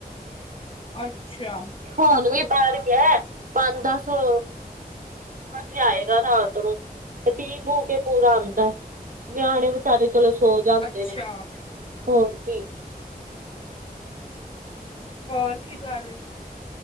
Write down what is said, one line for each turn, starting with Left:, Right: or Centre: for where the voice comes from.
Left: ਅੱਛਾ।
Right: ਹੁਣ ਵੀ ਬਾਹਰ ਗਿਆ, ਪਾੰ ਦਾਸ ਅ ਵਜੇ ਆਏਗਾ ਰਾਤ ਨੂੰ, ਤੇ ਪੀ ਪੂ ਕੇ ਪੂਰਾ ਆਉਂਦਾ ਏ। ਨਿਆਣੇ ਵਿਚਾਰੇ ਚਲੋ ਸੋ ਜਾਂਦੇ
Left: ਅੱਛਾ
Right: ਨੇ, ਹੋਰ ਕੀ।
Left: ਹੋਰ ਕੀ ਕਰ ਰਏ ਸੀ?